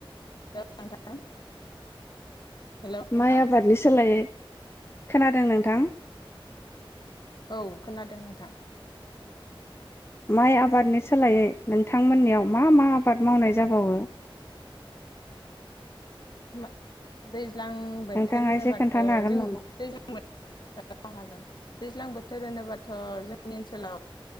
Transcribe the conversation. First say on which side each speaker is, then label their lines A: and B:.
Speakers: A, on the left (about 50°); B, on the left (about 25°).
A: हेल' नोंथां हेल' नोंथां
B: माइ आबादनि सोलायै खोनादों नोंथां
A: औ खोनादों नोंथां
B: माइ आबादनि सोलायै नोंथांमोननियाव मा मा आबाद मावनाय जाबावो
A: <unintelligible> दैज्लां बोथोर
B: नोंथाङा
A: होनोबाथ'
B: एसे खोन्थानो हागोन
A: जों
B: नामा
A: दैज्लां बोथोर हागोन दैज्लां बोथोर होनोबाथ' जोंनि ओनसोलाव